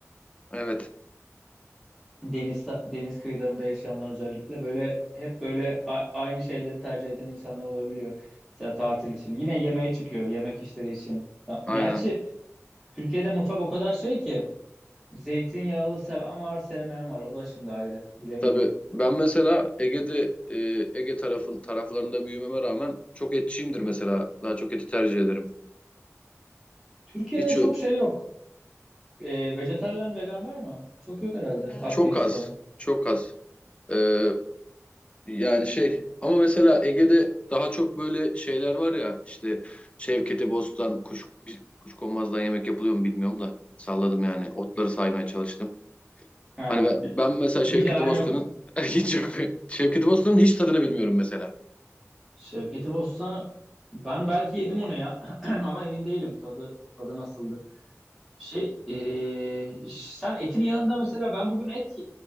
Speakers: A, on the left (about 25°); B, in the centre.
A: evet
B: Deniz deniz kıyılarında yaşayanlar özellikle böyle hep böyle a- aynı şeyleri tercih eden insanlar olabiliyor. Mesela tatil için. Yine yemeğe çıkıyor, yemek işleri için. Tam-
A: aynen.
B: Gerçi Türkiye'de mutfak o kadar şey ki Zeytinyağlı seven var, sevmeyen var. O da şimdi ayrı. Bilemeyeceğim.
A: Tabii ben mesela Ege'de e, Ege tarafın taraflarında büyümeme rağmen çok etçiyimdir mesela. Daha çok eti tercih ederim.
B: Türkiye'de
A: Hiç
B: çok
A: ö-
B: şey yok. E, vejetaryen, vegan var mı? Çok yok herhalde. Aktivist
A: çok az
B: falan.
A: çok az. Ee, Yani şey ama mesela Ege'de daha çok böyle şeyler var ya işte Şevkete Bostan, kuş, bir- Kuşkonmaz'dan yemek yapılıyor mu bilmiyorum da salladım yani otları saymaya çalıştım.
B: Ha,
A: Hani ben,
B: bi-
A: ben mesela
B: <laughs>
A: Şevketi
B: hiç aran
A: Bostan'ın
B: yok
A: <laughs> hiç yok. Şevketi Bostan'ın hiç tadını bilmiyorum mesela.
B: Şevketi Bostan'ı ben belki yedim onu ya. <clears throat> Ama emin değilim tadı tadı nasıldı. Şey, e, sen etin yanında mesela ben bugün et